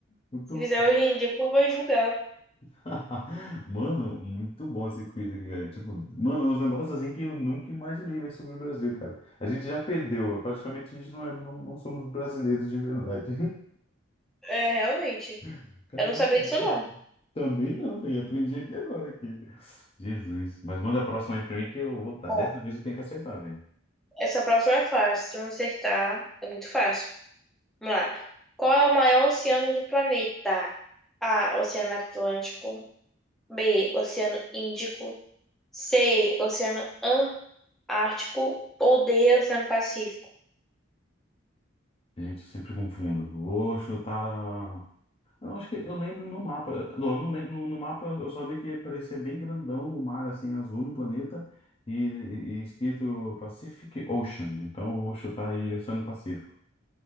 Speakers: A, on the left (about 30°); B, in the centre.
A: Muito...
B: se fizer hoje em dia, o povo vai julgar.
A: <laughs> Mano, muito bom esse quiz aqui, cara. Tipo, mano, uns negócios assim que eu nunca imaginei, véi, sobre o Brasil, cara. A gente já perdeu, praticamente a gente não é, não, não somos brasileiros de verdade.
B: É, realmente.
A: <laughs> Caramba.
B: Eu não sabia disso, não.
A: Também não, velho. Aprendi aqui agora aqui. Jesus. Mas manda a próxima aí pra mim que eu vou. tá,
B: Ó,
A: Dessa vez eu tenho que acertar, velho.
B: essa próxima é fácil. Se eu não acertar, é muito fácil. Vamos lá. Qual é o maior oceano do planeta? A, Oceano Atlântico. B, Oceano Índico. C, Oceano Antártico. Ou D, Oceano Pacífico.
A: Gente, eu sempre confundo. Vou chutar. Eu acho que eu lembro no mapa. Não, no, no, no mapa eu só vi que parecia bem grandão o mar assim azul no planeta e, e- e escrito Pacific Ocean. Então eu vou chutar aí Oceano Pacífico.